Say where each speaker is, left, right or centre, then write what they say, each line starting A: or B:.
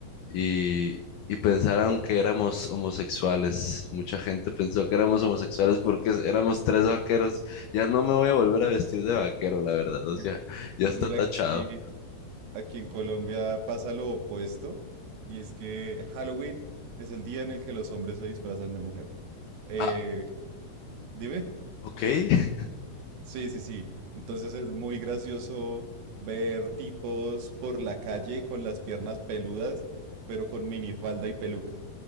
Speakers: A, on the left; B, on the right.
A: y, y pensaron que éramos homosexuales. Mucha gente pensó que éramos homosexuales porque éramos tres vaqueros. Ya no me voy a volver a vestir de vaquero, la verdad, o
B: mira.
A: sea, ya está
B: Mira
A: tachado.
B: que aquí, aquí en Colombia pasa lo opuesto, y es que Halloween es el día en el que los hombres se disfrazan de mujer. Eh,
A: Ah,
B: dime.
A: ok. <laughs>
B: Sí, sí, sí. Entonces es muy gracioso ver tipos por la calle con las piernas peludas, pero con minifalda y peluca.